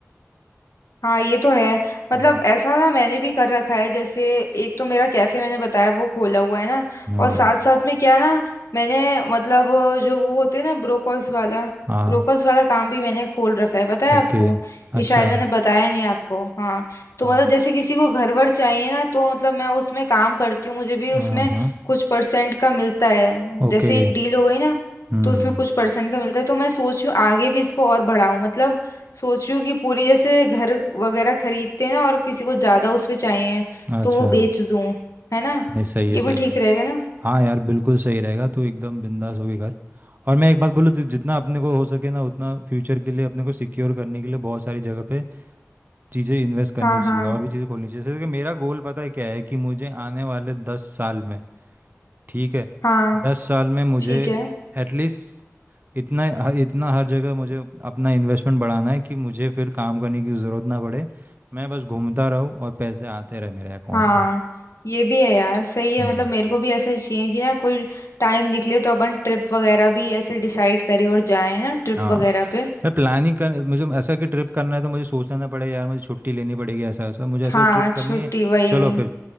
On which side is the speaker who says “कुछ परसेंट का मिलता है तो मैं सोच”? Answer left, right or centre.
Left